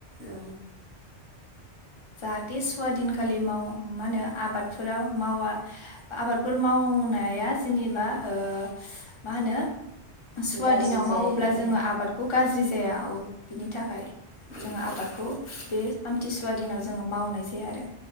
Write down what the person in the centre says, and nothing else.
औ
गाज्रि
जाया
औ
औ